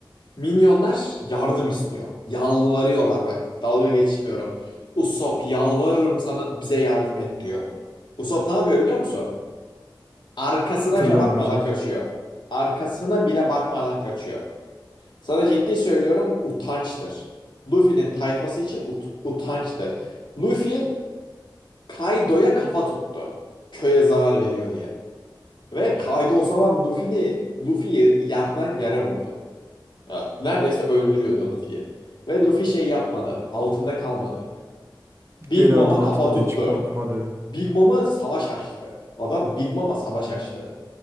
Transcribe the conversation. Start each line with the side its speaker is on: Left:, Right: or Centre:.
Left: Minyonlar yardım istiyor. Yalvarıyorlar bak. Dalga geçmiyorum. Usopp yalvarırım sana bize yardım et diyor. Usopp ne yapıyor biliyor musun? Arkasına
Right: Hatırlıyorum
Left: bile bakmadan
Right: hocam.
Left: kaçıyor. Arkasına bile bakmadan kaçıyor. Sana ciddi söylüyorum utançtır. Luffy'nin tayfası için ut- utançtır. Luffy Kaido'ya kafa tuttu. Köye zarar veriyor diye. Ve Kaido o zaman Luffy'ni Luffy'yi yerden yere vurdu. Ya, neredeyse öldürüyordu Luffy'yi. Ve Luffy şey yapmadı. Altında kalmadı. Big
Right: Geri
Left: Mom'a
Right: adım
Left: kafa
Right: atmadı
Left: tuttu.
Right: hiç korkmadı.
Left: Big Mom'a savaş açtı. Adam Big Mom'a savaş açtı.